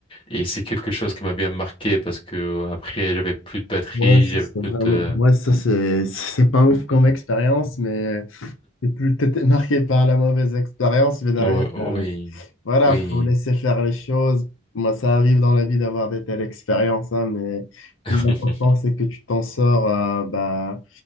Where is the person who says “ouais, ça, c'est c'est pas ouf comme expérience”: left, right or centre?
Left